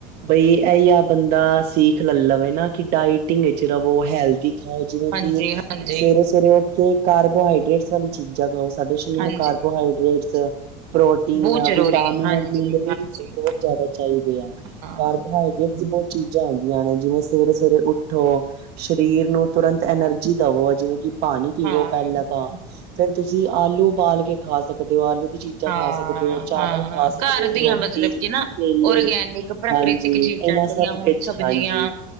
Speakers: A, on the right; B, on the right.
A: ਬਈ ਐਈ ਆ ਬੰਦਾ ਸੀਖ ਲੈ ਲਵੇ ਨਾ, ਕਿ ਡਾਇਟਿੰਗ ਵਿੱਚ ਰਵੋ, ਹੈਲਦੀ ਹਾਂ ਜਿਵੇਂ
B: ਹਾਂਜੀ,
A: ਕਿ,
B: ਹਾਂਜੀ,
A: ਸਵੇਰੇ-ਸਵੇਰੇ ਉੱਠਕੇ ਕਾਰਬੋਹਾਈਡਰੇੇਟਸ ਵਾਲੀ ਚੀਜ਼ਾਂ ਖਾਓ। ਸਾਡੇ ਸ਼ਰੀਰ
B: ਹਾਂਜੀ।
A: ਨੂੰ ਕਾਰਬੋਹਾਈਡ੍ਰੇਟਸ, ਪ੍ਰੋਟੀਨ,
B: ਬਹੁਤ ਜ਼ਰੂਰੀ
A: ਵਿਟਾਮਿਨ
B: ਹੈ ਹਾਂਜੀ,
A: ਔਰ ਮਿਨਰਲਸ
B: ਹਾਂਜੀ
A: ਬੋ ਜ਼ਿਆਦਾ ਚਾਹੀਦੇ ਆ,
B: ਹਾਂ,
A: ਕਾਰਬੋਹਾਈਡਰੇੇਟ ਬਹੁਤ ਚੀਜ਼ਾਂ ਹੁੰਦੀਆਂ ਨੇ, ਜਿਵੇਂ ਸਵੇਰੇ-ਸਵੇਰੇ ਉੱਠੋ ਸ਼ਰੀਰ ਨੂੰ ਤੁਰੰਤ ਐਨਰਜੀ ਦਵੋ, ਜਿਵੇਂ ਕਿ ਪਾਣੀ ਪੀਵੋ
B: ਹਾਂ।
A: ਪਹਿਲਾਂ ਤਾਂ, ਫੇਰ ਤੁਸੀਂ ਆਲੂ ਉਬਾਲਕੇ ਖਾ ਸਕਦੇ ਓ, ਆਲੂ ਦੀ ਚੀਜ਼ਾਂ
B: ਹਾਂ-ਹਾਂ-ਹਾਂ,
A: ਖਾ ਸਕਦੇ ਹੋ, ਚਾਵਲ ਖਾ ਸਕਦੇ
B: ਘਰ
A: ਹੋ,
B: ਦੀਆਂ
A: ਰੋਟੀ,
B: ਮਤਲਬ ਕਿ ਨਾ?
A: ਕੇਲੇ
B: ਓਰਗੈਨਿਕ, ਪ੍ਰਕ੍ਰਿਤਿਕ
A: ਹਾਂਜੀ,
B: ਚੀਜ਼ਾਂ,
A: ਇਹਨਾਂ
B: ਜਿਹੜੀਆਂ
A: ਸਭ
B: ਹੋਣ
A: ਵਿੱਚ
B: ਸਬਜ਼ੀਆਂ।
A: ਹਾਂਜੀ,